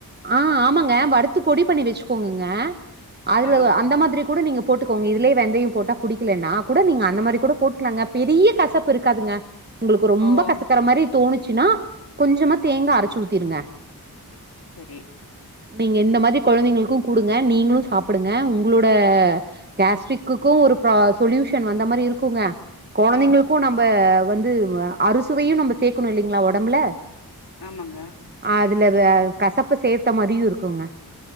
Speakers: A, on the right; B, on the left.
A: ஆ ஆமாங்க வறு த்து பொடி பண்ணி வச்சுக்கோங்கங்க அதுல
B: ஆ
A: அந்த மாதிரி கூட நீங்க போட்டுக்கோங்க இதுலயே வெந்தைய போட்டா புடிக்கலன்னா கூட நீங்க அந்த மாரி கூட போட்டுக்கலாங்க பெரிய கசப்பு இருக்காதுங்க உங்களுக்கு ரொம்ப
B: ஓ
A: கசக்கற மாரி தோணுச்சுன்னா கொஞ்சமா தேங்கா அரச்சு ஊத்திருங்க
B: சரி
A: நீங்க இந்த மாரி கொழந்தைங்களுக்கு குடுங்க நீங்களு சாப்புடுங்க உங்களோட கேஸ்ட்ரிக்குக் கு ஒரு ப சொல்யூஷன் வந்த மாரி இருக்குங்க கொழந்தைங்களுக்கு
B: ஆ
A: நம்ப வந்து வ அறுசுவையு நம்ம சேக்கணு இல்லைங்களா ஒடம்புல
B: ஆமாங்க
A: அதுல வ கசப்பு சேத்த மாரியு இருக்குங்க